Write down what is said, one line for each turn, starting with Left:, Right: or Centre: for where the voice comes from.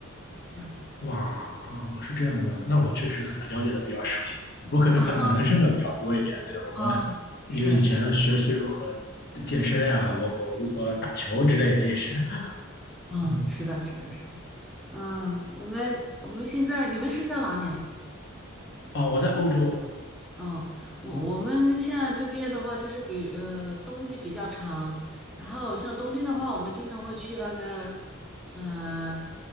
Centre: 这样子
Left: 哇啊，是这样的，那我确实可能了解的比较少，我可能看的男生的比较多一点。
Centre: 啊
Left: 对，我们
Centre: 啊，
Left: 因为以前学习如何
Centre: 是。
Left: 健身呀、包括如何打球之类的，也是，
Centre: 嗯，
Left: 嗯，
Centre: 是的，是的，是的，嗯，我们我们现在你们是在哪里啊？
Left: 哦，我在欧洲
Centre: 哦，我我们现在这边的话，就是比呃冬季比较长，然后像冬天的话，我们经常会去那个嗯、呃